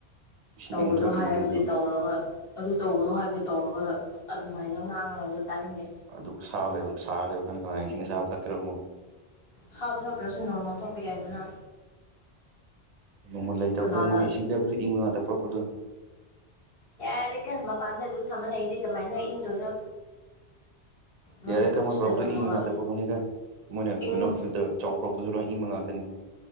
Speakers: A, on the right; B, on the left.
A: ꯏꯁꯤꯡ
B: ꯇꯧꯒꯅꯣ
A: ꯏꯪꯕ ꯊꯛꯅꯤꯡꯕꯗꯨꯗꯨ
B: ꯍꯥꯏꯕꯗꯤ ꯇꯧꯔꯒ ꯑꯗꯨ ꯇꯧꯕꯅꯣ ꯍꯥꯏꯕꯗꯨ ꯇꯧꯔꯒ ꯑꯗꯨꯃꯥꯏꯅ ꯉꯥꯡꯅ ꯍꯥꯏꯕꯗꯣ ꯇꯥꯅꯤꯡꯗꯦ
A: ꯑꯗꯨ ꯁꯥ ꯂꯩ ꯁꯥ ꯂꯩꯕ ꯀꯥꯟ ꯀꯅꯥ ꯏꯁꯤꯡꯁ ꯁꯥꯕ ꯊꯛꯀ‌ꯦꯔ‌ꯣ ꯉ‌ꯣ
B: ꯁꯥꯕ ꯁꯛꯇ꯭ꯔꯁꯨ ꯅꯣꯡꯃ‌ ꯊꯛꯄ ꯌꯥꯏꯗꯅ
A: ꯅꯣꯡꯃꯜ ꯂꯩꯇꯕꯗꯣ
B: ꯀꯅꯥꯅ
A: ꯃꯣꯏꯅ ꯏꯁꯤꯡ ꯄꯥꯏꯛꯄꯁꯨ ꯏꯪꯕ ꯉꯥꯛꯇ ꯄꯨꯔꯛꯄꯗꯣ
B: ꯌꯥꯔꯦ ꯀ‌ꯣ ꯃꯄꯥꯟꯗ ꯑꯗꯨꯝ ꯊꯝꯃ ꯂꯩꯔꯗꯤ ꯀꯃꯥꯏꯅ ꯏꯪꯗꯣꯏꯅꯣ ꯅꯣꯏꯅ
A: ꯌꯥꯔꯦꯀ‌ꯣ
B: ꯐ꯭ꯔꯤꯖꯇ
A: ꯃꯣꯏ ꯄꯨꯔꯛꯄꯗ‌ꯣ
B: ꯊꯝꯃꯒ
A: ꯏꯪꯕ ꯉꯥꯛꯇ ꯄꯛꯀꯅꯤꯒ ꯃꯣꯏꯅ
B: ꯏꯪꯕ
A: ꯀꯣꯏꯅ ꯐꯤꯜꯇꯔ ꯆꯥꯎꯕ ꯄꯇꯁꯨ ꯂꯣꯏ ꯏꯪꯕ ꯉꯥꯛꯇꯅꯤ